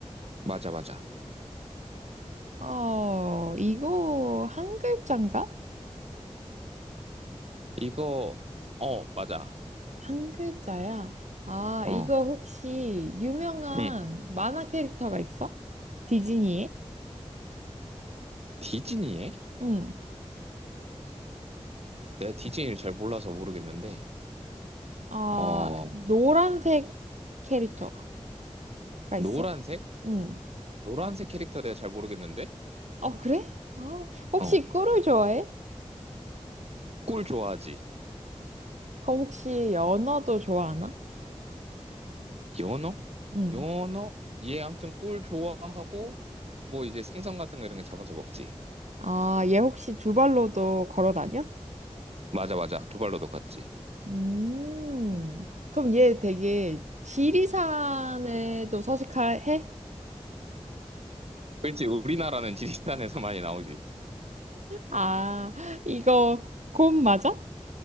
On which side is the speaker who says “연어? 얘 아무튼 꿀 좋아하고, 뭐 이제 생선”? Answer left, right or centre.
Right